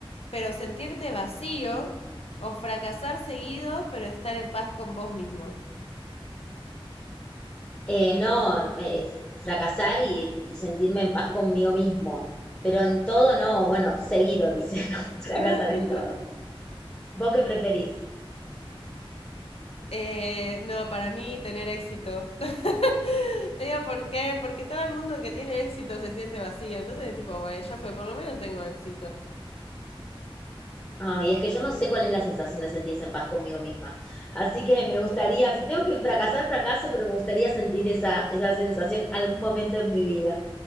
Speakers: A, on the left (about 85°); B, on the left (about 20°).
A: pero sentirte vacío? ¿O fracasar seguido, pero estar en paz con vos mismo?
B: Eh, no, eh, fracasar y, y sentirme en paz conmigo mismo. Pero en todo no, bueno, seguido, dice, <laughs> no, fracasar
A: <laughs>
B: en todo. ¿Vos qué preferís?
A: Eh, no, para mí tener éxito. <laughs> Te digo por qué, porque todo el mundo que tiene éxito se siente vacío. Entonces, tipo, güey, ya fue, por lo menos tengo éxito.
B: Ay, es que yo no sé cuál es la sensación de sentirse en paz conmigo misma. Así que me gustaría, si tengo que fracasar, fracaso, pero me gustaría sentir esa, esa sensación algún momento en mi vida.